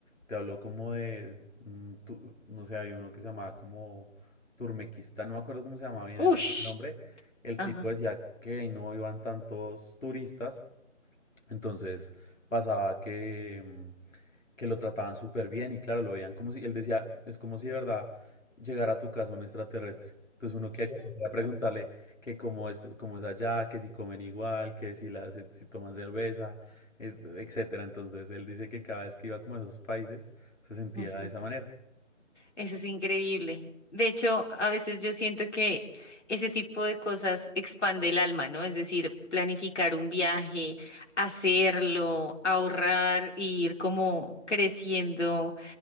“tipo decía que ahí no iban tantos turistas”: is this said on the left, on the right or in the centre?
Left